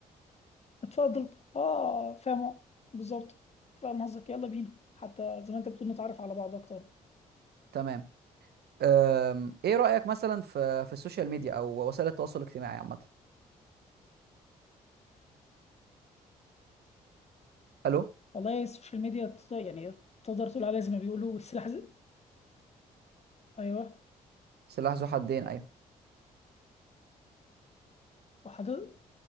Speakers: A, on the left; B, on the right.
A: اتفضل اه فاهم بالظبط فاهم قصدك يلا بينا حتى زي ما انت بتقول نتعرف على بعض اكتر
B: تمام أم... ايه رايك مثلا في في السوشيال ميديا او وسائل التواصل الاجتماعي عامه الو
A: والله السوشيال ميديا تط- يعني تقدر تقول عليها زي ما بيقولوا السلاح ذ- ايوه
B: سلاح ذو حدين ايوه
A: وحضرتك